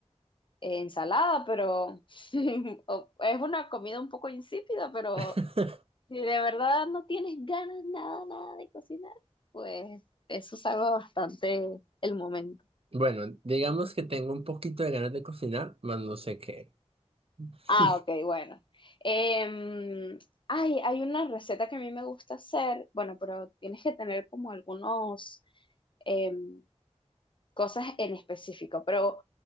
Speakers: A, on the left; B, on the right.
A: eh, ensalada, pero <laughs> o- es una comida un poco insípida, pero
B: <laughs>
A: si de verdad no tienes ganas nada, nada de cocinar, pues eso salva bastante el momento.
B: Bueno, digamos que tengo un poquito de ganas de cocinar, más no sé qué. <laughs>
A: Ah, ok, bueno. Em, ay, hay una receta que a mí me gusta hacer, bueno, pero tienes que tener como algunos em, cosas en específico, pero